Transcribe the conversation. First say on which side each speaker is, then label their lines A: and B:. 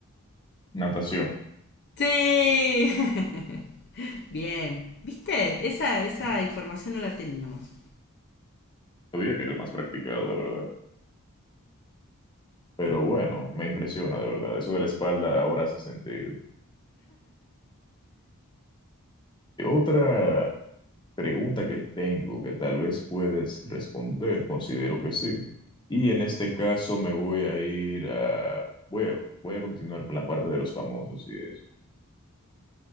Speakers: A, on the left; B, on the left.
A: Natación.
B: Sí. <laughs> Bien, ¿viste? Esa, esa información no la teníamos.
A: Sabía que era el más practicado, de verdad. Pero bueno, me impresiona, de verdad. Eso de la espalda ahora hace sentido. Otra pregunta que tengo que tal vez puedes responder, considero que sí. Y en este caso me voy a ir a... Voy a, voy a continuar con la parte de los famosos y eso.